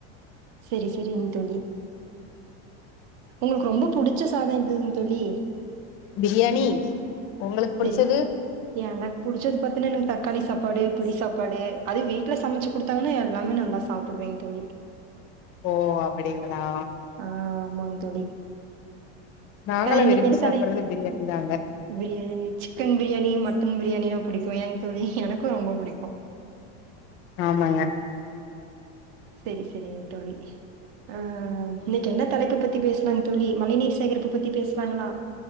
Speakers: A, on the right (about 50°); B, on the left (about 40°).
A: செரிசெரிங் தோழி உங்களுக்கு ரொம்ப புடிச்ச சாதோ எதுங் தோழி
B: பிரியாணி உங்களுக்கு
A: செரி
B: புடிச்சது
A: செரி எனக் புடிச்சது பாத்தன்னா எனக்கு தக்காளி சாப்பாடு புளி சாப்பாடு அது வீட்ல சமைச்சு குடுத்தாங்கன்னா எல்லாமே நல்லா சாப் பிடுவேங் தோழி
B: ஓ அப்படிங்களா
A: ஆ ஆமாங் தோழி
B: நாங்களா
A: ஆ இன்னைக்கு
B: விரும்பி
A: என்ன
B: சாப்பட்றது
A: தலை
B: பிரியாணி தா அங்க
A: பிரியாணி சிக்கன் பிரியாணி மட்டன் பிரியாணிணா பிடிக்கு ஏங் தோழி எனக்கு ரொம்ப பிடிக்கு
B: ஆமாங்க
A: சரி சரிங் தோழி ஆ இன்னைக்கு என்ன தலைப்பு பத்தி பேசுலாங்க தோழி மழைநீர் சேகரிப்பு பத்தி பேசுலாங்ளா